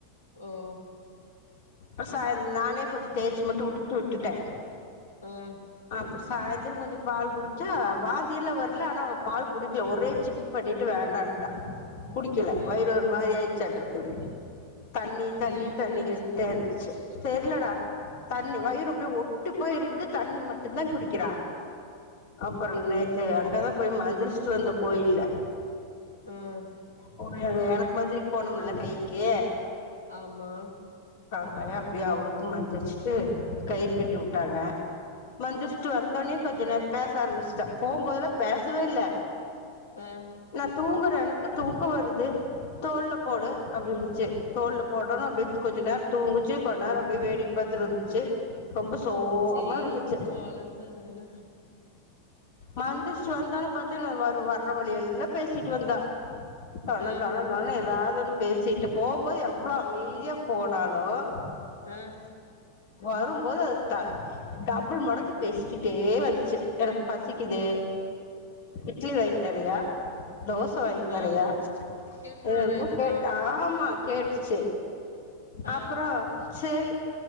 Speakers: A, on the left (about 85°); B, on the left (about 50°).
A: ஆஹ்
B: அ சாய நானே கொஞ்சொ தேச்சு மட்டு விட்டுட்டு விட்டுட்டே
A: ம்
B: அப்புடி சாயந்தர கொஞ்சொ பால் குடிச்சா வாந்திலா வர்ல ஆனா அவ பால் குடிக்ல ஒரே சிப் பண்ணிட்டு வேண்டான்ட்டா குடிக்கல
A: ஆஹ்
B: வயிறு ஒரு மாரி ஆயிச்சட்ருக்குது தண்ணி தண்ணி
A: ஏன் அப்படியாச்சு
B: தண்ணி கேட்டே இருந்துச்சு தெர்லடா தண்ணி வயிறு அப்டியே ஒட்டி போய் இருக்குது தண்ணி மட்டு தா குடிக்கிறா அப்புற நேத்து அங்கதா போய் மந்திரிச்ட்டு வந்த கோயில்ல
A: ஆஹ்
B: போன அது எனக்கு மந்திரிக் போனும்ல கைக்கு
A: ஆமா
B: பா அப்டியே அவளுக்கு மந்திருச்சுட்டு கயிறு கட்டி வுட்டாங்க மந்திச்ட்டு வந்தோனே கொஞ்ச நே பேச ஆரம்பிச்ட்டா போகும்போதல்ல பேசவே இல்ல
A: ஆஹ்
B: நா தூங்குறே எனக்கு தூக்க வருது தோல்ல போடு அப்டின்னுச்சு தோல்ல போடணு அப்டியே கொஞ்ச நேர தூங்குச்சு கொஞ்ச நேர அப்டியே வேடிக் வந்து இருந்துச்சு ரொம்ப சோகமா
A: சரி
B: இருந்துச்சு
A: குழந்த தானே
B: வந்து சேந்தோன <unintelligible> வர் வர்ற வழி எல்லா பேசிட்டு வந்தா தண
A: ஆஹ்
B: தன தன ஏதாவது பேசிட்டு போகும்போது எவ் எவ்வளோ அமைதியா போனாலும்
A: ஆஹ்
B: வரும்போது அத் ட டபுள் மடங்கு பேசிக்கிட்டே வந்துச்சு எனக்கு பசிக்குது இட்லி வாங்கி தரியா தோசை வாங்கி
A: ஆஹ்
B: தரியா
A: கேக்குறாளா
B: என்னென்னமோ
A: இதெல்லாம்
B: கேட்டா ஆமா கேட்டுச்சு செரி
A: ஆ
B: அப்புறம் செரி